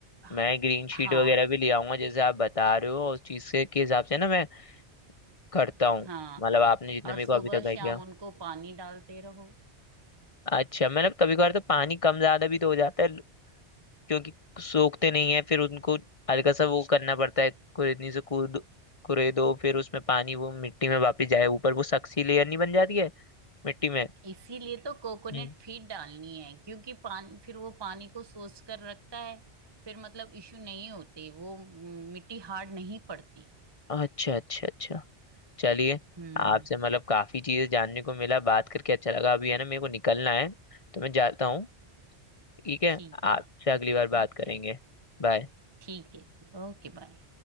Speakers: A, on the right (about 25°); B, on the left (about 35°).
A: हाँ
B: मैं ग्रीन शीट
A: हाँ
B: वगैरह भी ले आऊंगा जैसे आप बता रहे हो और उस चीज से के हिसाब से ना मैं करता हूँ
A: हाँ
B: मतलब आपने जितना
A: और
B: मेरे
A: सुबह
B: को अभी तक आइडिया
A: शाम उनको पानी डालते रहो
B: अच्छा मतलब कभी कभार तो पानी कम ज्यादा भी तो हो जाता है क्योंकि सोखते नहीं है फिर उनको हल्का सा वो करना पड़ता है कुरेदनी से कूद कुरे दो फिर उसमें पानी वो मिट्टी में वापस जाए ऊपर वो सख्सी लेयर नहीं बन जाती है मिट्टी में
A: इसीलिए तो कोकोनट
B: हम्म।
A: फीड डालनी है क्योंकि पान फिर वो पानी को सोख कर रखता है फिर मतलब इशू नहीं होते वो म, मिट्टी हार्ड नहीं पड़ती
B: अच्छा अच्छा अच्छा चलिए
A: हम्म
B: आपसे मतलब काफी चीजें जानने को मिला बात करके अच्छा लगा अभी है ना मेरे को निकलना है तो मैं जाता हूँ ठीक है
A: ठीक
B: आपसे
A: है
B: अगली बार बात
A: ओके
B: करेंगे बाय
A: ठीक है जी ओके बाय